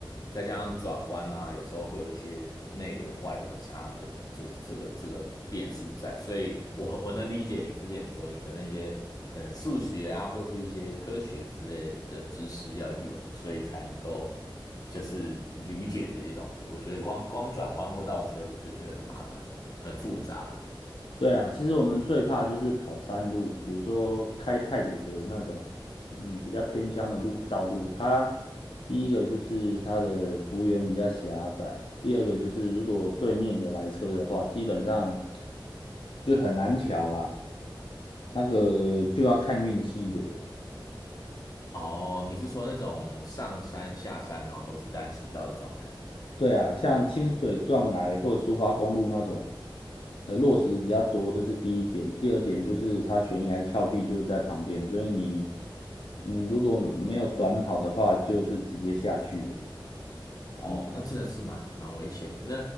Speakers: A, on the left; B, on the left.
A: 再加上转弯啊，有时候会有一些内轮外轮差的这这个这个变数在，所以我我能理解你之前说你的那些可能数学啊，或是一些科学之类的知识要有，所以才能够。就是理解这些东西。我觉得光光转弯或倒车，我就觉得很麻烦了，很复杂啦。
B: 对啊，其实我们最怕就是跑山路，比如说开泰鲁阁那种，嗯，比较偏乡的路道路。它第一个就是它的幅员比较狭窄，第二个就是如果对面有来车的话，基本上就很难瞧啦，那个就要看运气的。
A: 哦，你是说那种上山下山，然后都是单行道的状态吗？
B: 对啊，像清水断崖或苏花公路那种，呃，落石比较多，这是第一点。第二点就是它悬崖峭壁就在旁边，所以你，嗯，如果没有转好的话，就是直接下去了
A: 哦，
B: 嗯，
A: 那真的是蛮蛮危险的。那